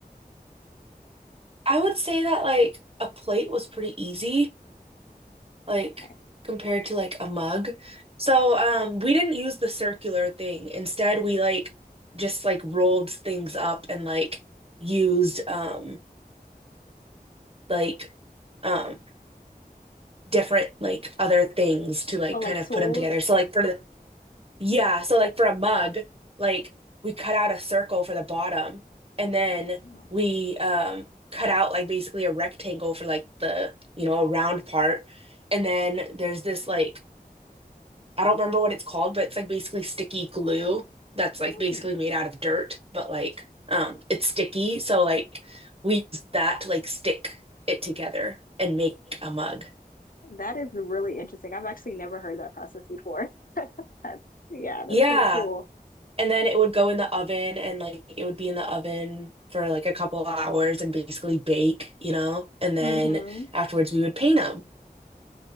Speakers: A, on the right; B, on the left.
A: I would say that like a plate was pretty easy, like
B: Okay.
A: compared to like a mug. So, um, we didn't use the circular thing. Instead, we like just like rolled things up and like used um like um different like other things to like
B: Oh, like
A: kind of
B: tools?
A: put them together. So like for the Yeah, so like for a mug, like we cut out a circle for the bottom and then
B: Oh, wow.
A: we um cut out like basically a rectangle for like the, you know, a round part. And then there's this like I don't remember what it's called, but it's like basically sticky glue that's like
B: Hmm.
A: basically made out of dirt, but like um it's sticky, so like we use that to like stick it together and make a mug.
B: That is really interesting. I've actually never heard that process before. That's, yeah, that's
A: Yeah.
B: pretty cool.
A: And then it would go in the oven and like it would be in the oven for like a couple of hours and basically bake, you know? And then
B: hmm
A: afterwards we would paint them.